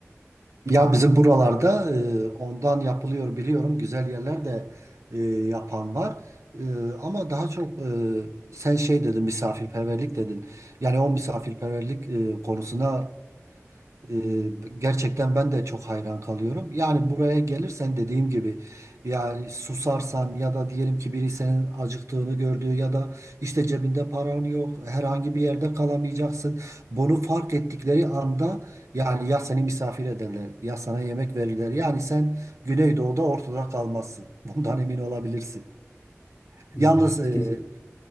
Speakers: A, on the right; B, on the left.
A: Ya bizim buralarda e, ondan yapılıyor biliyorum. Güzel yerler de e, yapan var. E, ama daha çok e, sen şey dedin misafirperverlik dedin. Yani o misafirperverlik e, konusuna Ee, gerçekten ben de çok hayran kalıyorum. Yani buraya gelirsen dediğim gibi ya susarsan ya da diyelim ki biri senin acıktığını gördüğü ya da işte cebinde paran yok, herhangi bir yerde kalamayacaksın. Bunu fark ettikleri anda yani ya seni misafir ederler ya sana yemek verirler. Yani sen Güneydoğu'da ortada kalmazsın. Bundan emin olabilirsin.
B: iyi
A: Yalnız
B: ya
A: e,
B: kes-